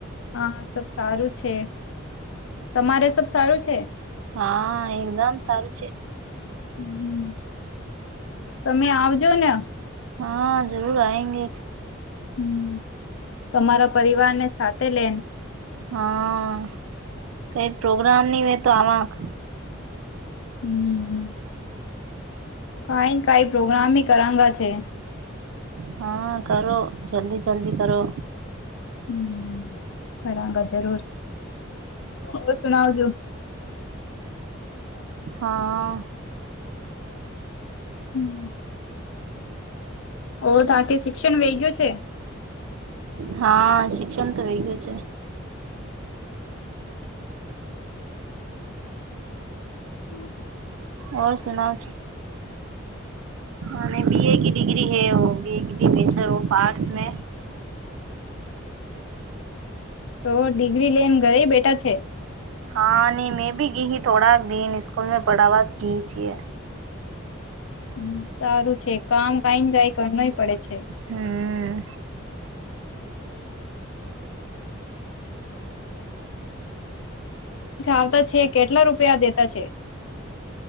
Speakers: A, on the left; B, on the right.
A: હા સબ સારું છે. તમારે સબ સારું છે?
B: હા એકદમ સારું છે.
A: હમ્મ, તમે આવજોને.
B: હા, જરૂર આયેંગે.
A: હમ્મ, તમારા પરિવાર ને સાથે લે
B: હા, કઈ પ્રોગ્રામ નહી હો તો આવાક.
A: હમ્મ, કઈ કઈ પ્રોગ્રામી કરાંગા છે.
B: હા કરો જલ્દી જલ્દી કરો.
A: હમ્મ, કરાગા જરૂર. ઓર સુણાવજો.
B: હા.
A: હમ. ઓ તા કે શિક્ષણ વેગ ગયો છે.
B: હા, શિક્ષણ તો વગયું છે.
A: હમ.
B: ઓર, સુનાવ છો? અને બી એ? ડિગ્રી હૈ? બી બેચર ઓફ આર્ટસ મે?
A: તો ડિગ્રી લઈને ઘરે બેઠા છે.
B: હા, નહીં. મેં ભી ગઈ, થોડા દિન સ્કૂલ મે પડાાવા ગઈ છીએ.
A: હ, સારું છે. કામ કંઈ ને કંઈ કર નહીં પડે છે.
B: હા.
A: આવતા છે? કેટલા રૂપિયા દેતા છે?